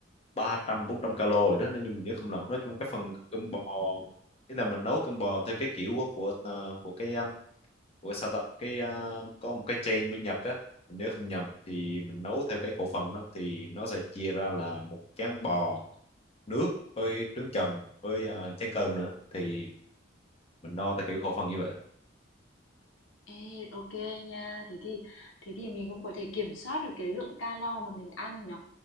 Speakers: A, on the left (about 30°); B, on the left (about 85°).
A: ba trăm bốn trăm calo rồi đó nếu như mình nhớ không
B: Ồ!
A: lầm nói chung cái phần cơm bò ý là mình nấu cơm bò theo cái kiểu của của, ờ, của cái um, của sao ta cái ờ, có một cái chain bên Nhật á mình nhớ không nhầm thì mình nấu theo cái khẩu phần đó thì nó sẽ chia ra là một chén bò nước với trứng chần với ờ, chén cơm nữa thì mình đo theo kiểu khẩu phần như vậy
B: Ê, ok nha thế thì thế thì mình cũng có thể kiểm soát được cái lượng calo mà mình ăn nhở